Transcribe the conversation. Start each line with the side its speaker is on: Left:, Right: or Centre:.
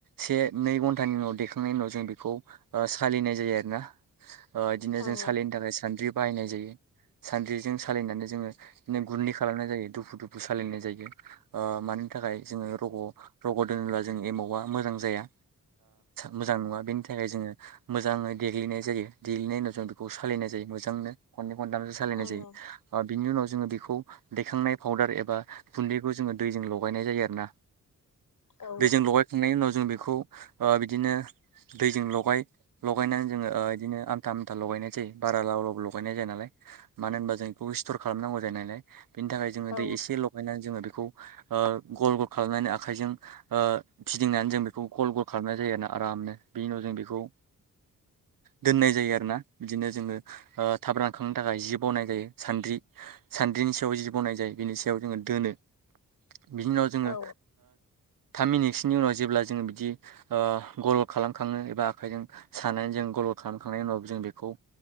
Right: से नै घन्टानि उनाव दैेखांनायनि उनाव जों बेखौ सालिनाय जायो आरोना बिदिनो
Left: ओं
Right: जों सालिनो थाखाय सानद्रि बाहायनाय जायो <unintelligible> सान्द्रिजों साललिनानै जोङो बिनो गुरनै खालामनाय जायो दुफु दुफु साललिनाय जायो मानि थाखाय जोङो रग' रग' दोनोब्ला जों एमावा मोजां जाया मोजां नङा बेनि थाखाय जोङो मोजाङै देग्लिनाय जायो देग्लिनायनि उनाव जों बेखौ सालायनाय जायो मोजांनो खननै खन्थाम सालायनाय
Left: ओं
Right: जायो
Left: ओं
Right: बिनि उनाव जोङो खौ दैखांनाय पाउदार एबा गुन्दैखौ जोङो दैजों लगायनाय जायो आरोना
Left: औ
Right: दैजों लगायखांनायनि उनाव जों बेखौ बिदिनो दैजों लगाय लगायनानै जोङो बिदिनो आमथा आमथा लगायनाय जायो बारा लाव लाव लगायनाय जाया नालाय मानो होनबा जों बेखौ स्टर खालामनांगौ जायो नालाय बिनि थाखाय जोङो
Left: औ
Right: दै एसे लगायनानै जोङो गल गल खालामनानै आखायजों फिदिंनानै जों बेखौ गल गल खालामनाय जायोना आरामनो बेनि उनाव जों बेखौ दोननाय जायो आरोना बिदिनो जोङो थाब रान हुखांनो थाखाय जि बनाय जायो सान्द्रि सान्द्रिनि सायाव जि बनाय जायो बिनि सायाव जोङो दोनो बिनि उनाव जोङो
Left: औ
Right: थाम मिनिटसोनि उनाव जेब्ला जोङो बिदि गलद खालाम खाङो एबा आखाइजों सानानै जों गलद खालामखांनायनि उनाव जों बेखौ